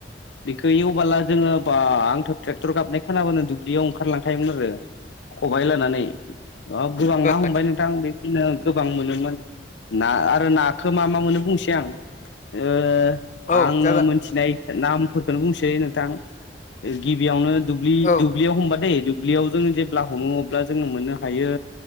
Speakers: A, on the left (about 80°); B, on the left (about 40°).
A: बेखौ एवबोला जोङो बा आंथ ट्रेक्टर गाबनाय खोनाबानो दुब्लियाव ओंखारलांखायोमोन आरो खबाइ लानानै गोबां ना हमबाय
B: आतसा
A: नोंथां बे बिदिनो गोबां मोनोमोन ना आरो नाखौ मा मा मोनो बुंसै आं ओ
B: औ
A: आङो
B: जागोन
A: मोनथिनाय नामफोरखौनो बुंसै नोंथां गिबियावनो दुब्लि
B: औ
A: दुब्लियाव हमबादै दुब्लियाव जों जेब्ला हमो अब्ला जोङो मोननो हायो